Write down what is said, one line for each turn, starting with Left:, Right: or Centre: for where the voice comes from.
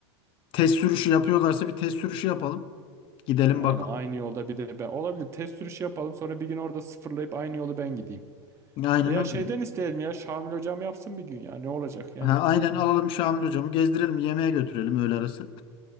Left: Test sürüşü yapıyorlarsa bir test sürüşü yapalım. Gidelim
Right: Aynı
Left: bakalım.
Right: aynı yolda bir de ben. Olabilir test sürüşü yapalım sonra bir gün orada sıfırlayıp aynı yolu ben gideyim.
Left: Aynen
Right: Veya
Left: öyle.
Right: şeyden isteyelim ya Şamil hocam yapsın bir gün ya ne olacak yani.
Left: Ha, aynen alalım Şamil hocamı gezdirelim yemeğe götürelim öğle arası.